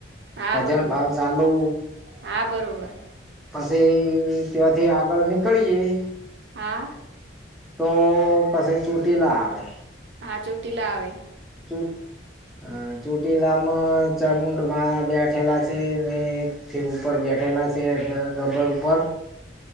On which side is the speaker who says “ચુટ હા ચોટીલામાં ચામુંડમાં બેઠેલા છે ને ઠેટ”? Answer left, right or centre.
Centre